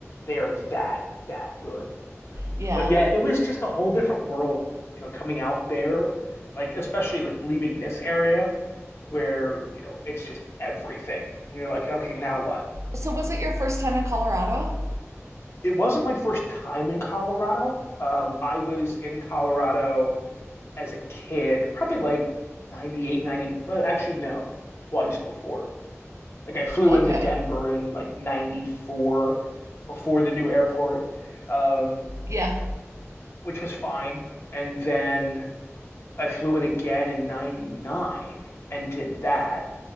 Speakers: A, on the left; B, on the right.
A: they are that that good
B: Yeah.
A: but yeah, it was just a whole different world, you know, coming out there, like especially like leaving this area where, you know, it's just everything. And you're like, okay, now what?
B: So was it your first time in Colorado?
A: It wasn't my first time in Colorado. Um, I was in Colorado as a kid, probably like 98, 90. well, actually, no, twice before. Like I flew
B: Okay.
A: into Denver in like 94 before the new airport, um,
B: Yeah.
A: which was fine. And then I flew it again in 99 and did that,